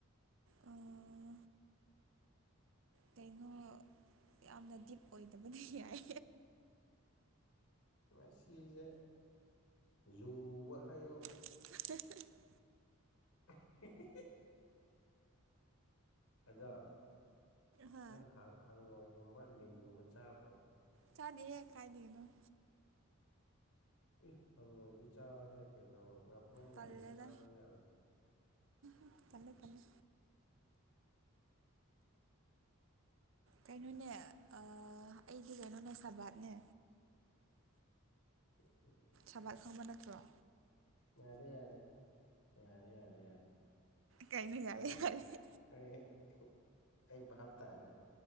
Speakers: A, on the right (about 60°); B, on the left (about 80°).
A: ꯑꯥ ꯀꯩꯅꯣ ꯌꯥꯝꯅ ꯗꯤꯞ ꯑꯣꯏꯗꯕꯗꯤ ꯌꯥꯏ
B: ꯉꯁꯤꯖ ꯂꯨꯕ ꯍꯥꯏꯌꯣ
A: <inaudible>
B: <unintelligible> ꯑꯗꯣ
A: ꯍꯥ
B: ꯅꯪ ꯍꯪꯉꯣꯏꯒꯨꯝꯕ ꯂꯤꯟꯒꯨꯝꯕ ꯆꯥꯕꫭ
A: ꯆꯥꯗꯦꯍꯦ ꯀꯥꯏꯗꯒꯤꯅꫭ
B: ꯏ ꯍꯪꯉꯣꯏꯗꯤ ꯆꯥꯎꯍꯦ ꯀꯩꯅꯣ ꯉꯥꯄ꯭ꯔꯨꯝꯒꯨꯝꯕꯗꯤ
A: ꯇꯜꯂꯦꯗ
B: ꯆꯥꯕ ꯌꯥꯕꯅꯦ
A: <unintelligible> ꯇꯜꯂꯦ ꯇꯜꯂꯦ ꯀꯩꯅꯣꯅꯦ ꯑ ꯑꯩꯗꯤ ꯀꯩꯅꯣꯅꯦ ꯁꯕꯥꯠꯅꯦ
B: <unintelligible>
A: ꯁꯕꯥꯠ ꯈꯪꯕ ꯅꯠꯇ꯭ꯔꫭ
B: ꯌꯥꯔꯦ ꯌꯥꯔꯦ ꯌꯥꯔꯦ ꯌꯥꯔꯦ ꯌꯥꯔꯦ
A: ꯀꯩꯩꯅꫭ ꯌꯥꯏ
B: ꯑꯩ
A: ꯍꯥꯏꯞꯗꯤ
B: ꯑꯩ ꯑꯩ ꯕꯥꯞ ꯇꯥꯔꯦ